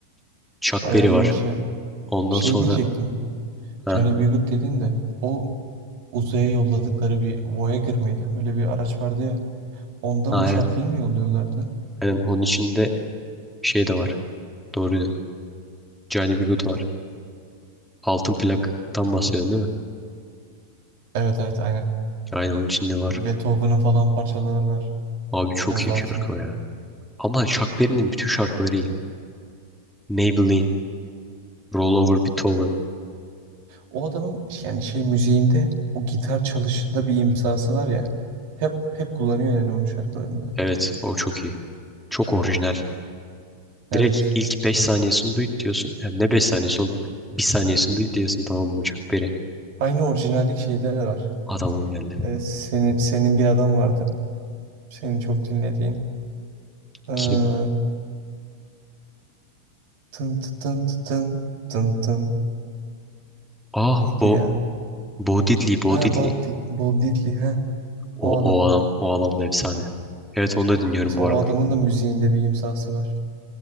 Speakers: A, in the centre; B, on the right.
A: Chuck
B: Bayağı
A: Berry
B: iyiymiş
A: var.
B: ya.
A: Ondan
B: Şey
A: sonra
B: diyecektim.
A: ha,
B: Johnny B. Good dedin de o uzaya yolladıkları bir Voyager mıydı? Öyle bir araç vardı ya. Onda
A: ha
B: o şarkıyı
A: evet.
B: mı yolluyorlardı?
A: Aynen onun içinde şey de var. Doğru. ya. Johnny B. Good var. Altın plaktan bahsediyorsun değil mi?
B: Evet evet aynen.
A: Aynen onun içinde var.
B: Beethoven'ın falan parçaları var.
A: Abi çok
B: Mozart'ın.
A: iyi bir şarkı o ya. Ama Chuck Berry'nin bütün şarkıları iyi. Maybelline, Roll Over Beethoven.
B: O adamın yani şey müziğinde o gitar çalışında bir imzası var ya. Hep hep kullanıyor yani onun şarkılarında.
A: Evet o çok iyi. Çok orijinal.
B: Evet.
A: Direkt ilk 5 saniyesini duy diyorsun. Yani ne 5 saniyesi oğlum? Bir saniyesini duy diyorsun tamam mı Chuck Berry?
B: Aynı orijinallik şeyde de var.
A: Adamım geldi.
B: Ee, senin senin bir adam vardı. Senin çok dinlediğin. Ee,
A: Ki
B: tın tı tın tı tın tın tın.
A: Ah
B: Neydi
A: Bo
B: ya?
A: Bo Diddley, Bo
B: Ha,
A: Diddley.
B: Bob, Di- Bob Diddley. Ha,
A: O,
B: o adam.
A: o adam, o adam da efsane. Evet onu da dinliyorum
B: Mesela
A: bu
B: o
A: aralar.
B: adamın da müziğinde bir imzası var.